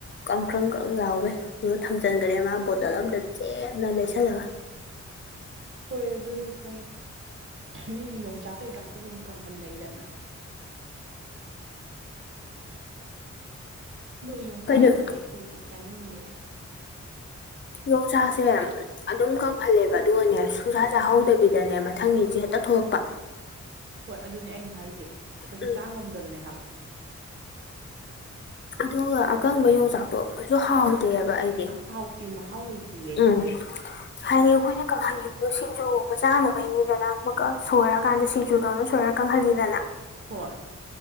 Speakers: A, on the left; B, on the right.
A: ꯀꯪꯈꯔꯪꯀ <unintelligible> ꯂꯥꯎꯒꯩ ꯑꯗꯨꯒ ꯊꯝꯖꯤꯟꯈꯔꯦ ꯃꯥ ꯕꯣꯇꯜ ꯑꯝꯗ ꯆꯦꯠꯅ ꯂꯩꯁꯜꯂꯒ
B: ꯍꯣꯏ ꯑꯗꯨꯁꯨ ꯐꯩ ꯃꯤꯗꯤ ꯌꯣꯡꯆꯥꯛ ꯀꯩꯀꯥꯁꯨ ꯑꯗꯨꯝ ꯀꯪꯍꯟꯅꯩꯗꯅ ꯑꯗꯨꯒ ꯌꯣꯡꯆꯥꯛꯀꯨꯝꯕꯗꯤ
A: ꯀꯩꯅꯣ
B: ꯑꯩꯈꯣꯏꯗꯤ ꯆꯥꯅꯤꯡꯗꯦꯗ
A: ꯌꯣꯡꯁꯥꯁꯦ ꯑꯗꯨꯝ ꯀꯪꯍꯜꯂꯦꯕ ꯑꯗꯨꯒꯅꯦ ꯁꯨꯡꯁꯥ ꯆꯥꯍꯧꯗꯕꯤꯗꯅꯦ ꯃꯊꯪꯒꯤꯁꯦ ꯍꯦꯛꯇ ꯊꯣꯛꯂꯛꯄ
B: ꯍꯣꯏ ꯑꯗꯨꯅꯦ ꯑꯩꯅ ꯍꯥꯏꯁꯦ ꯀꯩꯁꯨ
A: ꯎꯝ
B: ꯆꯥ ꯉꯝꯗꯕꯅꯦ ꯍꯥꯏꯕ
A: ꯑꯗꯨꯒ ꯑꯀꯪꯕ ꯌꯣꯡꯆꯥꯛꯇꯣ ꯀꯩꯁꯨ ꯍꯥꯎꯇꯦꯕ ꯑꯩ
B: ꯑ ꯍꯥꯎꯇꯦ ꯃꯍꯥꯎ ꯂꯩꯇꯦꯌꯦ ꯑꯩꯗꯤ
A: ꯎꯝ ꯍꯥꯏꯗꯤ ꯑꯩꯈꯣꯏꯅ ꯀꯪꯍꯟꯈꯤꯕꯗꯣ ꯁꯤꯡꯖꯨꯒꯨꯝꯕ ꯆꯥꯅꯕꯩꯅꯤꯗꯅ ꯑꯃꯨꯛꯀ ꯁꯣꯏꯔꯀꯥꯟꯗ ꯁꯤꯡꯖꯨꯗꯣ ꯑꯃꯅ ꯁꯣꯏ ꯀꯪꯍꯜꯂꯤꯗꯅ
B: ꯍꯣꯏ